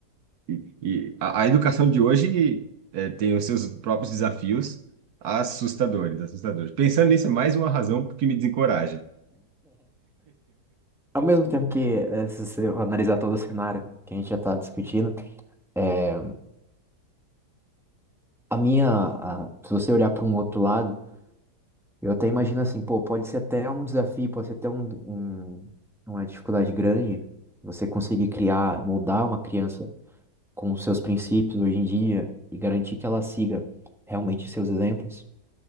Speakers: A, on the right; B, in the centre.
A: E, e a, a educação de hoje eh, tem os seus próprios desafios assustadores, assustadores. Pensando nisso, é mais uma razão que me desencoraja.
B: Ao mesmo tempo que, eh, se você analisar todo o cenário que a gente já está discutindo, é, a minha, a- se você olhar para um outro lado, eu até imagino assim, pô, pode ser até um desafio, pode ser até um, um- uma dificuldade grande você conseguir criar, moldar uma criança com os seus princípios hoje em dia e garantir que ela siga realmente seus exemplos.